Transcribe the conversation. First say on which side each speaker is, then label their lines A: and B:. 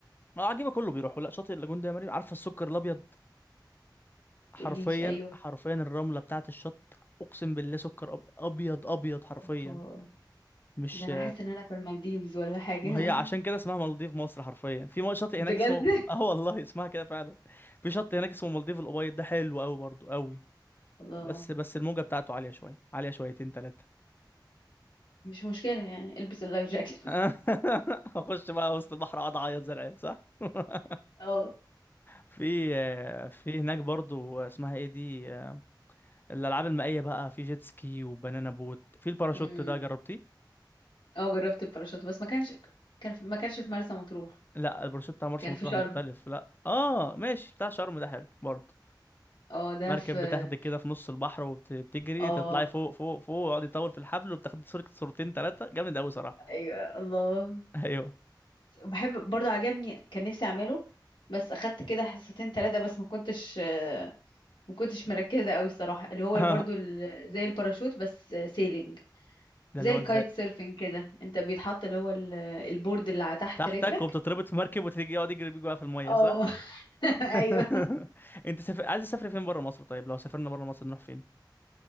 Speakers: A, on the left; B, on the left.
A: اه عجيبه كله بيروحوا لا شاطئ اللاجون ده يا مريم عارفه السكر الابيض حرفيا
B: تقوليش ايوه
A: حرفيا الرمله بتاعه الشط اقسم بالله سكر أب- ابيض ابيض حرفيا
B: اوبا
A: مش
B: ده انا حاسه ان انا في المالديفز ولا حاجه
A: ما هي عشان
B: <laughs>
A: كده اسمها مالديف مصر حرفيا في م- شاطئ
B: بجد
A: هناك اسمه <laughs> اه والله اسمها كده فعلا في شط هناك اسمه مالديف الأبيض ده حلو قوي برضو قوي
B: الله
A: بس بس الموجة بتاعته عالية شوية عالية شويتين تلاتة
B: مش مشكله يعني البس اللايف جاكيت
A: <laughs> هخش بقى وسط البحر اقعد اعيط زي العيال صح <laughs>
B: <laughs>
A: في في هناك برضو اسمها ايه دي الالعاب المائية بقى في جيت سكي وبنانا بوت في الباراشوت
B: اه
A: ده جربتيه
B: اه جربت الباراشوت بس ما كانش كان في... ما كانش في مرسى مطروح
A: لا الباراشوت بتاع مرسى
B: كان
A: مطروح
B: في شرم
A: مختلف لا اه ماشي بتاع شرم ده حلو برضو
B: اه ده
A: مركب
B: في
A: بتاخدك كده في نص البحر وبتجري
B: اه
A: تطلعي فوق فوق فوق ويقعد يطول في الحبل وبتاخدي صورة صورتين ثلاثة جامد قوي صراحة
B: ايوه الله
A: <laughs> ايوه
B: بحب برضو عجبني كان نفسي اعمله بس اخدت كده حصتين ثلاثة بس ما كنتش ما كنتش مركزة قوي الصراحة اللي هو
A: <laughs>
B: برضو ال- زي الباراشوت بس سيلينج
A: ده
B: زي
A: اللي هو
B: الكايت
A: ازاي
B: سيرفينج كده انت بيتحط اللي هو ال- البورد اللي على تحت
A: تحتك
B: رجلك
A: وبتتربط في مركب وتيجي يقعد يجري بيك بقى في المية
B: اه
A: صح
B: <laughs>
A: <laughs>
B: ايوه
A: انت سافر... عايز تسافري فين بره مصر طيب لو سافرنا بره مصر نروح فين